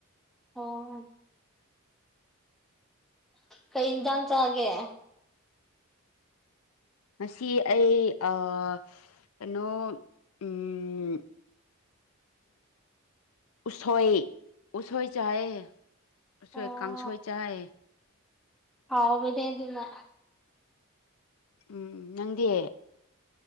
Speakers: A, in the centre; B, on the left (about 75°).
A: ꯑꯣ ꯀꯩ ꯌꯦꯟꯖꯥꯡ ꯆꯥꯒꯦ
B: ꯉꯁꯤ ꯑꯩ ꯑꯥ ꯀꯩꯅꯣ ꯎꯝ ꯎꯁꯣꯏ ꯎꯁꯣꯏ ꯆꯥꯢꯌꯦ ꯎꯁꯣꯏ
A: ꯑꯣ
B: ꯀꯥꯡꯁꯣꯏ ꯆꯥꯏꯌꯦ
A: ꯍꯥꯎꯕꯅꯦ ꯑꯗꯨꯅ
B: ꯎꯝ ꯅꯪꯗꯤ